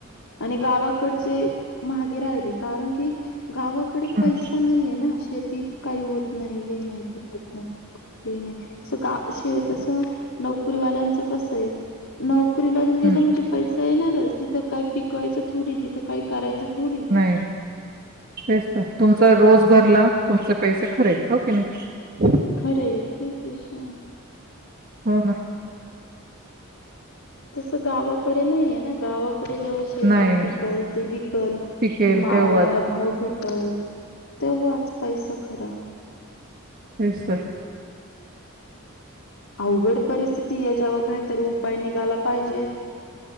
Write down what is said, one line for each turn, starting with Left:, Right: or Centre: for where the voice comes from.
Left: आणि गावाकडचे महागे राहिले कारण की. गावाकडे
Right: हम्म
Left: पैसा नाहीये ना शेतीत काही होत नाही हे नाही पिकत नाही. ते नाही तस नोकरीवाल्यांच कस आहे न ोकरीला गेलं
Right: हम्म
Left: म्हणजे पैसा येणारच तिथं काय पिकवायचं थोडी तिथं काय करायचं. थोडी.
Right: नाही तेच तर तुमच. रोज भरला तुमचे पैसे खरेके नाही.
Left: खरे तेच विषय
Right: हो ना
Left: तस गावाकडे नाहीये ना गावा. तकडे जेव्हा शेतात
Right: नाही
Left: पिकल ते विकल
Right: पिकेल
Left: मावलाला
Right: तेव्हाच
Left: भाव भेटल. तेव्हा आज पैसा खरा.
Right: दिसतोय.
Left: अवघड परिस्थिती हाय याज्यावर काहीतरी उपाय निघाला पाहिजे